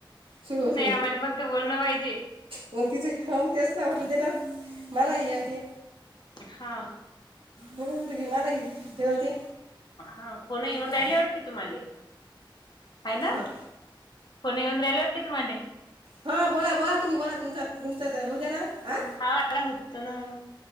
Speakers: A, on the right (about 85°); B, on the left (about 55°).
A: सुरू होतु
B: नाही
A: म्
B: आम्हाला फक्त बोलणं पाहिजे.
A: मग तिचेग तेच ना वाटलं तेरा मला हे ते
B: हा
A: ह त मला हे होते
B: हा फोन येऊन
A: बोला
B: राहिले वाटते तुम्हाला ह ना
A: हां
B: कोणी येऊन राहिला वाटते तुमने
A: हा बोला बोला तुम्ही बोला तुमच्या तुमच्यात होऊ दे्या ना हा
B: हा होत ना मग